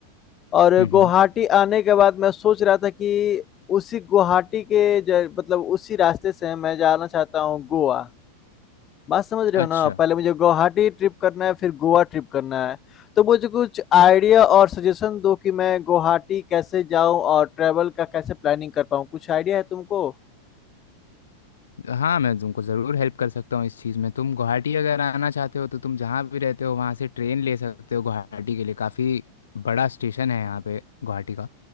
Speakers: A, on the left; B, on the left.
A: और
B: हम्म
A: गुवाहाटी
B: हम्म
A: आने के बाद मैं सोच रहा था कि उसी गुवाहाटी के ज- मतलब उसी रास्ते से मैं जाना चाहता हूँ गोवा बात समझ रहे
B: अच्छा
A: हो ना पहले मुझे गुवाहाटी ट्रिप करना है फिर गोवा ट्रिप करना है तो मुझे कुछ आइडिया और सजेशन दो कि मैं गुवाहाटी कैसे जाऊं और ट्रैवल का कैसे प्लानिंग कर पाऊं कुछ आइडिया है तुमको
B: हाँ मैं तुमको ज़रूर हेल्प कर सकता हूँ इस चीज़ में तुम गुवाहाटी अगर आना चाहते हो तो तुम जहाँ भी रहते हो वहाँ से ट्रेन ले सकते हो गुवाहाटी के लिए काफ़ी बड़ा स्टेशन है यहाँ पे गुवाहाटी का